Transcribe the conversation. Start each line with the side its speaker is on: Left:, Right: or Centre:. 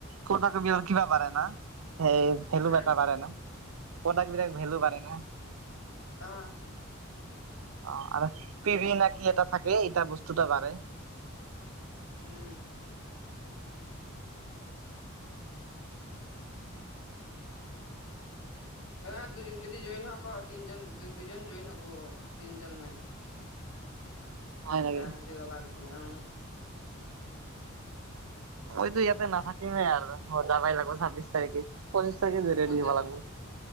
Right: ফটাকপি আৰু কিবা বাঢ়েৰে না সেই, ভেলু
Left: হা
Right: বেটা পাৰে ন প্ৰডাক্ট বিলাক ভেলু পাৰে না,
Left: অ,
Right: অ আৰু পিভি নাকি এটা থাকে এইটা বস্তুটা বাঢ়ে।
Left: উম,
Right: <inaudible>
Left: ত দু যদি জইন হক তিনজন দুজন জইন হব তিনজন মান।
Right: <inaudible>
Left: <unintelligible>
Right: নেকি মইতো ইয়াতে নাথাকিমেই আৰু যাবাই লাগিব ছাব্বিশ তাৰিখে, <unintelligible> ৰেডি
Left: ক'ত যাবি
Right: হব লাগিব।